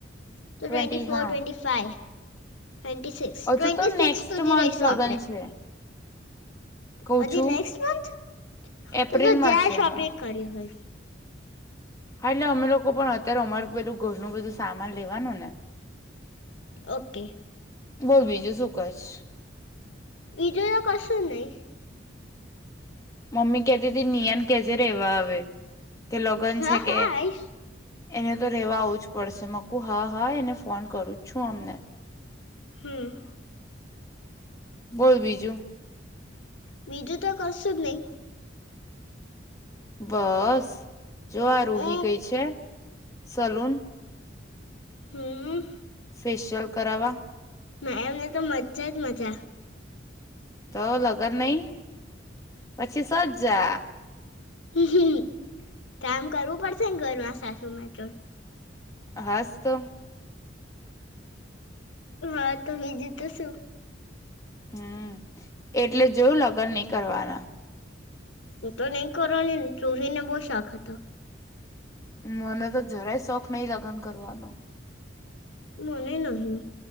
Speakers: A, on the left; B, on the left.
A: તો
B: ટ્વેન્ટી
A: ટ્વેન્ટટી ફોર
B: હા
A: ટ્વેન્ટી ફાઈવ ટ્વેન્ટી સિક્સ
B: હજુ
A: ટ્વેન્ટી
B: તો
A: સિક્સ
B: નેક્સ્ટ
A: સુધી
B: મંથ
A: રહીશું
B: લગ્ન
A: આપડે
B: છે કઉ
A: હજી
B: છું
A: નેક્સ્ટ મંથ
B: એપ્રિલમાં
A: તો જ્યાં
B: છે
A: શોપિંગ
B: હા
A: કરી હોય
B: એટલે અમે લોકો પણ અત્યારે અમારું પેલું ઘરનું બધું સામાન લેવાનું ને
A: ઓકે.
B: બોલ બીજું શું કશ
A: બીજુ તો કશું નહી
B: મમ્મી કતી હતી નિયાને કેજે ર રહેવા આવે કે લગન
A: હા
B: છે કે
A: હા આવીશ
B: એને તો રેવા આવું જ પડશે મકું હા હા એને ફોન કરું જ છું અમને
A: હમ
B: બોલ બીજું
A: બીજું તો કશુ જ નહી
B: બસ જો આ રૂહી
A: હું
B: ગઈ છે. સલૂન
A: હમ
B: ફેશિયલ કરાવા
A: ના એમને તો મજ્જા જ મજા હ
B: તો લગન નઈ પછી સજ જા
A: હમ કામ કરવું પડશે ને ઘરમાં સાસું નુ તો
B: હહાસ તો
A: હા તો બીજું તો શું
B: હમ એટલે જોયું લગ્ન નહી કરવાના
A: હું તો નહી કરવાની રૂહી ને બહુ શોખ હતો
B: મને તો જરાય શોખ નહીિ લગ્ન કરવાનો
A: મને નહી